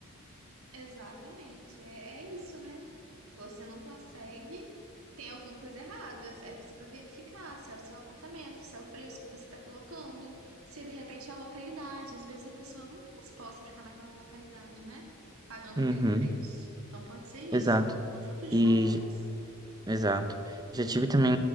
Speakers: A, on the right; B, on the right.
A: Exatamente, é, é isso, né? Você não consegue, tem alguma coisa errada. Aí você vai verificar se é o seu apartamento, se é o preço que você está colocando, se de repente é a localidade. Às vezes a pessoa não está disposta a ficar naquela localidade, né? Pagando
B: Uhum,
A: aquele preço. Então pode ser isso,
B: exato.
A: um conjunto de
B: E,
A: fatores.
B: j- exato. Já tive também,